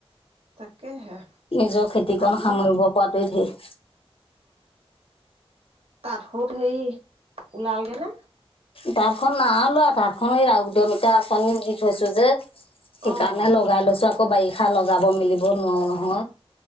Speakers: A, on the right (about 70°); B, on the left (about 60°).
A: তাকেহে
B: নিজৰ খেতিকণ
A: আপোনাৰ
B: সামৰিব পৰাটোৱে থিক।
A: তাত স'ত হেৰি ওলালগে নে?
B: তাত খনন না'ওলোৱা তাতখন ৰা উদমীকা আঁচনিত দি থৈছো যে। সেইকাৰণে
A: অ',
B: লগাই লৈছো আকৌ বাৰিষা লগাব মেলিব নোৱাৰো নহয়।